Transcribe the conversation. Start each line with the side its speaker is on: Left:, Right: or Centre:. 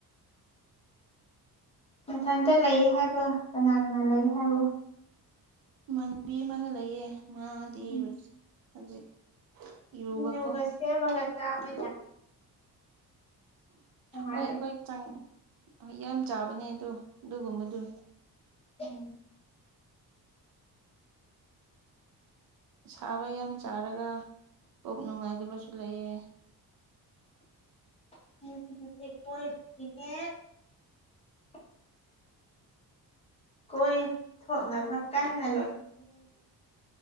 Left: ꯃꯊꯟꯇ ꯂꯩ ꯍꯥꯏꯕ ꯀꯅꯥ ꯀꯅꯥ ꯂꯩ ꯍꯥꯏꯕꯣ
Right: ꯃꯥꯟꯕꯤ ꯑꯃꯒ ꯂꯩꯌꯦ ꯃꯥꯗꯤꯖꯤ
Left: ꯎꯝ
Right: ꯍꯧꯖꯤꯛ ꯏꯔꯨꯕꯀꯣ
Left: ꯁꯤꯡꯖꯨꯒ ꯁꯦꯝꯃꯒ ꯆꯥꯕ ꯅꯨꯡꯉꯥꯏꯕꯅꯤ
Right: ꯍꯣꯏ ꯑꯩꯈꯣꯏ ꯆꯪ ꯌꯥꯝ ꯆꯥꯕꯅꯦ ꯑꯗꯣ ꯑꯗꯨꯒꯨꯝꯕꯗꯨ
Left: ꯎꯝ
Right: ꯁꯥꯕ ꯌꯥꯝ ꯆꯥꯔꯒ ꯀꯣꯛ ꯅꯨꯡꯉꯥꯏꯇꯕꯁꯨ ꯂꯩꯌꯦ <unintelligible>
Left: <unintelligible> ꯀꯣꯏꯊꯣꯛꯅꯕ ꯀꯟꯅ ꯂꯣꯏ